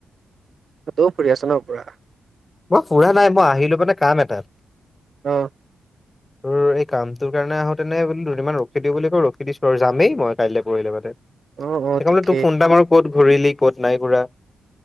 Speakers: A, on the right; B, on the left.
A: তাতেও, ফুৰি আছ ন পুৰা?
B: মই ফুৰা নাই মই আহিলো মানে কাম এটাত।
A: অ'।
B: তোৰ এই কামটোৰ কাৰণে আহোঁতেনে বোলে দুদিনমান ৰখি দিওঁ বুলি কয় ৰখি দিছো, যামেই মই কাইলৈ পৰহিলৈ মানে। সেইকাৰণে
A: অ অ ঠিকেই
B: তোক ফোন এটা মাৰো ক'ত ঘূৰিলি ক'ত নাই ঘূৰা।